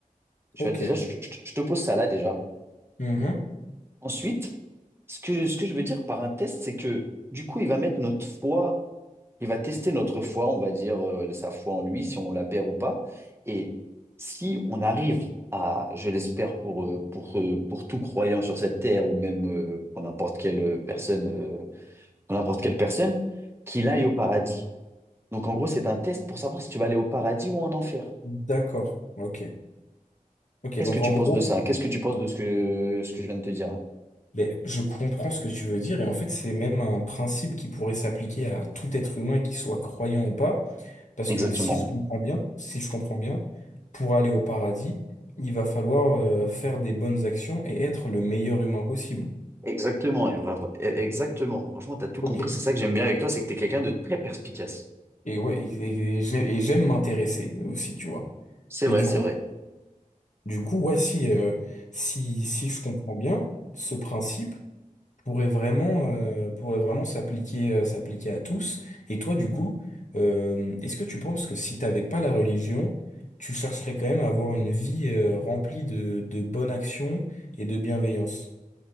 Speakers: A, on the right; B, on the left.
A: Tu
B: ok.
A: vois, déjà, je, je- je te pose ça là déjà.
B: Mhm.
A: Ensuite, ce que, ce que je veux dire par un test, c'est que du coup, il va mettre notre foi Il va tester notre foi, on va dire euh, sa foi en lui, si on la perd ou pas. Et si on arrive à, je l'espère pour, euh, pour, euh, pour tout croyant sur cette terre ou même euh, pour n'importe quelle personne, euh, pour n'importe quelle personne, qu'il aille au paradis. Donc en gros, c'est un test pour savoir si tu vas aller au paradis ou en enfer.
B: D'accord, ok. Ok,
A: Qu'est-ce
B: donc
A: que tu
B: en
A: penses
B: gros,
A: de ça? Qu'est-ce que tu penses de ce que, ce que je viens de te dire là?
B: ben, je comprends ce que tu veux dire, et en fait, c'est même un principe qui pourrait s'appliquer à tout être humain, qu'il soit croyant ou pas. Parce
A: Exactement.
B: que si je comprends bien, si je comprends bien, pour aller au paradis, il va falloir euh, faire des bonnes actions et être le meilleur humain possible.
A: Exactement. et bravo. E- Exactement. Franchement, tu as tout
B: Ok.
A: compris. C'est ça que j'aime bien avec toi, c'est que tu es quelqu'un de très perspicace.
B: Et ouais, et, et- et j'ai- et j'aime m'intéresser aussi, tu vois.
A: C'est
B: Mais
A: vrai,
B: du
A: c'est
B: coup,
A: vrai.
B: du coup, ouais, si, euh, si, si je comprends bien ce principe, pourrait vraiment, euh, pourrait vraiment s'appliquer, euh, s'appliquer à tous. Et toi, du coup, euh, est-ce que tu penses que si t'avais pas la religion, tu chercherais quand même à avoir une vie, euh, remplie de, de bonnes actions et de bienveillance?